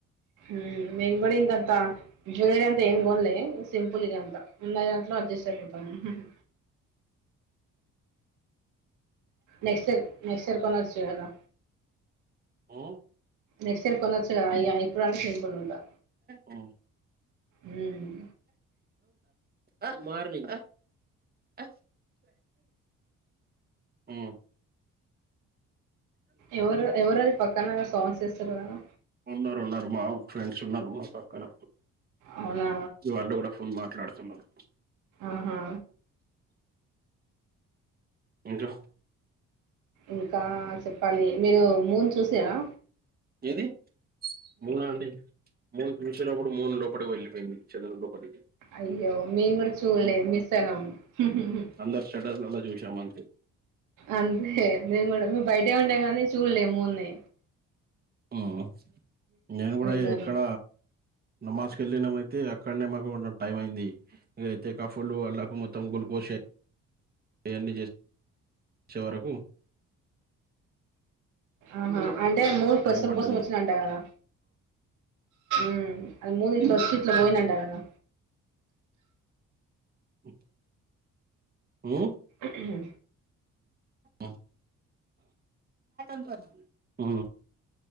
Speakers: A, on the right; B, on the right.
A: మ్ మేమ్ గుడా అంత కొత్త జ్యూవెలరీ ఏం గోనలే సింపుల్గా ఉంటాం ఉన్నదాంట్లో అడ్జస్ట్ అయిపోతాము మ్హు నెక్స్ట్ నెక్స్ట్ ఇయర్ కొన్న చ్యధా
B: హ్మ్.
A: నెక్స్ట్ ఇయర్ కొనచ్చు కదా ఇ ఇయర్ ఇప్పుడు అంటే సింపుల్గా ఉంటా
B: హ్మ్.
A: మ్
B: అ మార్నింగ్ అ మ్
A: ఎవరు ఎవరది పక్కనఎవర్స్ సాంగ్స్ ఏస్తారు కదా
B: ఉన్నారు ఉన్నారు మా ఫ్రెండ్స్ ఉన్నారు మా పక్కన
A: అవునా!
B: మీ వాళ్ళు కూడా ఫోన్ మాట్లాడుతున్నారు
A: ఆహా!
B: ఇంకా
A: ఇంకా చెప్పాలి మీరు మూను చూసారా
B: ఏది మూనా అంటె మూన్ చూసినప్పుడు మూడు లోపటికి వెళ్లిపోయింది చంధ్రున్ లోపటికి
A: అయ్యో మీమ్ కుడు చూడాలే మిసయ్యినం ముహు
B: అందరి స్టేటస్‌లల్లా చూసాం అంతే.
A: అంతే నేను కూడా మ్ బయటే ఉండే కానీ చూడలే మూన్నే
B: మ్ నేను కూడా ఇ
A: మూన్
B: ఇక్కడ నమాజ్కి వెళ్ళినమయితే అక్కడనే మాకు టైం అయింది ఇకైతే కఫలు అల్లకు మొత్తం గ్లూకోజ్ అన్ని చేసే వరకు
A: ఆహా అంటే మూడు కోసం
B: టైం పడ్డది
A: కోసం వచ్చింది అంటా కదా మ్ అది మూదిట్లా వచ్చీ ఇట్లా పోయిందంట కదా
B: మ్ మ్మ్
A: ఊహూ
B: మ్ మ్